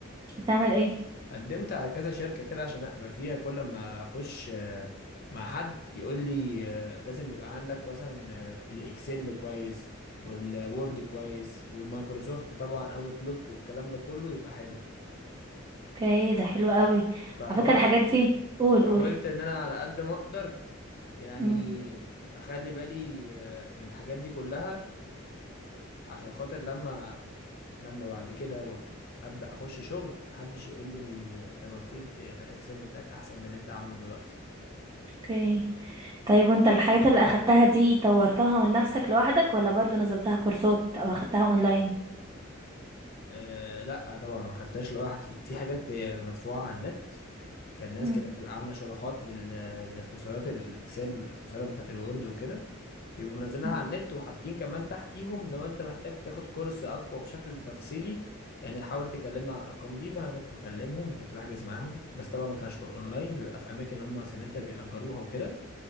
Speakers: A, on the right (about 20°); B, on the left (about 50°).
A: بتعمل ايه
B: قدمت على كذا شركه كده عشان اقبل فيها كل ما اخش آه، مع حد يقول لي آه، لازم يبقى عندك مثلا آه، الاكسل كويس والوورد كويس والمايكروسوفت طبعا اوتلوك والكلام ده كله يبقى حلو
A: اوكي ده حلو قوي
B: فحاولت
A: على فكره الحاجات دي قول
B: حاولت
A: قول
B: ان انا على قد ما اقدر يعني
A: مم،
B: اخلي بالي آه، من الحاجات دي كلها عشان خاطر لما لما بعد كده دوت ابدا اخش شغل محدش يقول لي انت المفروض يبقى الاكسل بتاعك احسن من اللي انت عامله دلوقتي
A: اوكي طيب وانت الحاجات اللي اخدتها دي طورتها من نفسك لوحدك ولا برضو نزلتها كورسات او اخدتها اونلاين
B: أه لا طبعا ما خدتهاش لوحدي في حاجات مدفوعه على النت كان ناس
A: مم،
B: كده بتبقى عامله شروحات لل... للاختصارات الاكسل والاختصارات بتاعت الوورد وكده يبقوا منزلينها
A: مم،
B: على النت وحاطين كمان تحتيهم لو انت محتاج تاخد كورس اقوى بشكل تفصيلي يعني حاول تكلمنا على الارقام دي فانا كنت بكلمهم وكنت بحجز معاهم بس طبعا ما كانش بقى اونلاين بيبقى في اماكن هم سنتر بيأجروها وكده